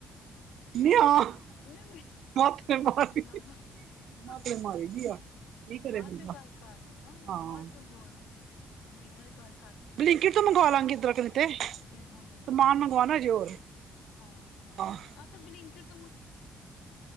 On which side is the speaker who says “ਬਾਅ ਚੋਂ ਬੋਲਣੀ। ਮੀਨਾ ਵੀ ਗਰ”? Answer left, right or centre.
Left